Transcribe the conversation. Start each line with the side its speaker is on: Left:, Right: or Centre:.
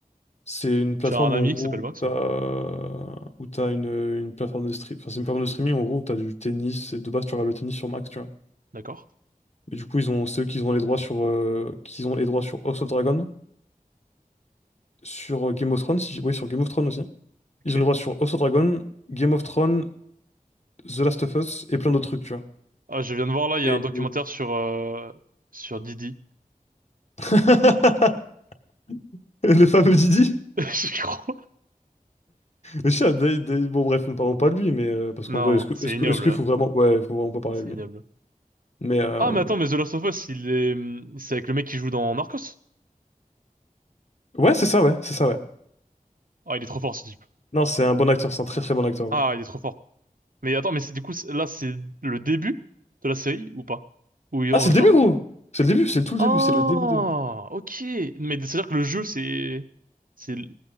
Left: C'est une plateforme,
Right: J'ai un ami
Left: en gros,
Right: qui s'appelle Max
Left: où t'as
Right: mais
Left: où t'as une, une plateforme de stream. Enfin, c'est une plateforme de streaming, en gros, où t'as du tennis. Et de base, tu regardes le tennis sur Max, tu vois.
Right: d'accord.
Left: Et du coup, ils ont ceux qui ont les droits sur, euh, qui ont les droits sur House of Dragon, sur euh, Game of Thrones, si- oui, sur Game of Thrones aussi.
Right: OK.
Left: Ils ont les droits sur House of Dragon, Game of Thrones, The Last of Us et plein d'autres trucs, tu vois.
Right: Ah, je viens de voir là, il y
Left: Et-
Right: a un documentaire sur euh, sur Didi.
Left: <laughs> Le fameux Didi.
Right: <laughs> Je crois.
Left: Le chat, d'ailleurs, d'ailleurs- bon, bref, ne parlons pas de lui, mais euh, parce
Right: Non,
Left: qu'en vrai, est-ce
Right: non,
Left: que,
Right: c'est
Left: est-ce
Right: ignoble.
Left: que- est-ce qu'il
Right: euh,
Left: faut vraiment. Ouais, il faut vraiment pas parler
Right: C'est
Left: de lui.
Right: ignoble.
Left: Mais euh,
Right: Ah, mais attends, mais The Last of Us, il est, hum, c'est avec le mec qui joue dans Narcos?
Left: ouais, c'est ça, ouais, c'est ça, ouais.
Right: Ah, il est trop fort, ce type.
Left: Non, c'est un bon acteur, c'est un très très bon acteur.
Right: Ah,
Left: hein.
Right: il est trop fort. Mais attends, mais c'est du coup, c'est- là, c'est le début de la série ou pas? Où ils
Left: Ah,
Right: ont
Left: c'est
Right: genre,
Left: le début, gros! C'est le début, c'est le tout le
Right: ah,
Left: début, c'est le début, début.
Right: ok. Mais c'est-à-dire que le jeu, c'est, c'est,